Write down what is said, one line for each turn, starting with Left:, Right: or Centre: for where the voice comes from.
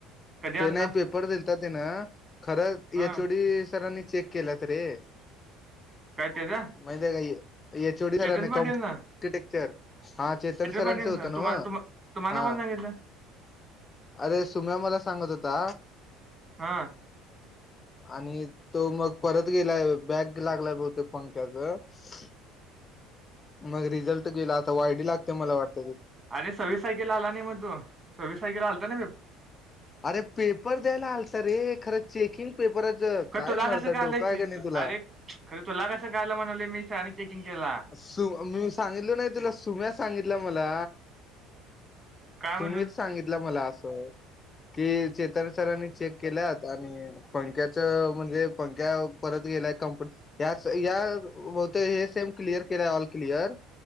Right: कधी आलता
Left: त्यानं पेपर दिलता त्यानं खरं ते
Right: हा
Left: एच ओ डी सरांनी चेक केलत रे <unintelligible>
Right: काय त्याचा
Left: एच ओ डी
Right: चेतन
Left: सरांना
Right: पाटील
Left: कॉम
Right: ना
Left: टेक्चर हा चेतन सरांचं
Right: पाटील
Left: होत
Right: ना
Left: हम्म
Right: तुम्हा तुम्हा तुम्हाला
Left: हा
Right: कोण सांगितलं
Left: अरे सुमी ते मला सांगत होता
Right: हा
Left: आणि तो मग परत गेलाय बॅग लागला बहुतेक पंख्याच मग रिझल्ट गेला आता वायडी लाग मला वाट
Right: अरे सव्वीस तारखेला आला नाही मग तो सव्वीस तारखेला आलता <unintelligible>
Left: अरे पेपर द्यायला आलता रे खरं चेकिंग पेपराचं
Right: का
Left: काय
Right: तुला कसं
Left: मर्दा
Right: आलं
Left: डोक आहे
Right: की
Left: का नाही
Right: तू
Left: तुला?
Right: अरे खरं तुला कसं काय आलं म्हणाले मी सरांनी चेकिंग केला
Left: सु मी सांगितल नाही तुला सुम्या सांगितलं <unintelligible> मला
Right: काय म्हणून
Left: तुम्हीच सांगितलं मला असं अह कि चेतन सरांनी चेक केल्यात आणि पंख्याच म्हणजे पंख्या परत गेल्या कंपनी याच या बहुतेक हे सेम क्लियर केलंय ऑल क्लियर